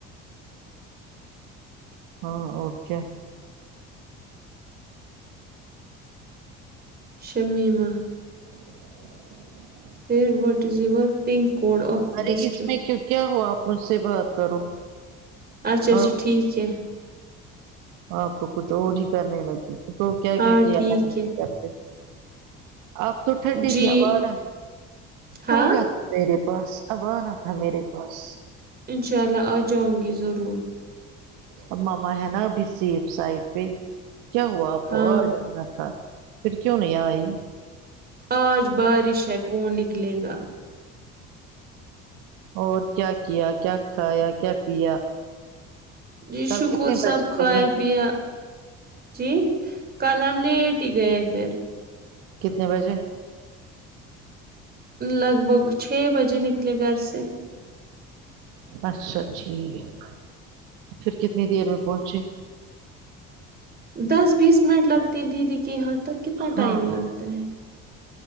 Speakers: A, on the right; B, on the right.
A: ہاں اور کے
B: شمیمہ
A: <inaudible>
B: پھر what is your pin code of
A: ارے
B: ڈسٹرک
A: اس میں کیوں کیا ہو آپ مجھ سے بات کرو
B: اچھا
A: ہاں
B: اچھا ٹھیک ہے
A: آپ تو کچھ اور ہی کرنے لگتی تو کیا
B: ہاں
A: کیا کیا
B: ٹھیک
A: تھا ہم نے
B: ہے
A: اب تو ٹھنڈی
B: جی
A: تھی ابارہ
B: ہاں
A: بارہ میرے بس اب آنا تھا میرے پاس
B: انشاء اللہ آجاؤں گی ضرور
A: آب ماما ہے ناں ابھی سیف سائڈ پہ کیا ہوا آپ کو
B: ہاں
A: آج آنا تھا پھر کیوں نہیں آئی
B: آج بارش ہے کون نکلے گا
A: اور کیا کیا کیا کھایا کیا پیا
B: جی
A: کل
B: شکر
A: کتنے بج
B: سب کھایا
A: گئے
B: پیا جی کل ہم نے ٹی گئے پھر
A: کتنے بجے
B: لگ بھگ چھ بجے نکلے گھر سے
A: اچھا ٹھیک پھر کتنی دیر میں پہنچے
B: دس بیس منٹ لگتے ہے دیدی کے یہاں تک کتنا ٹائم
A: ہاں
B: ہی لگتا ہے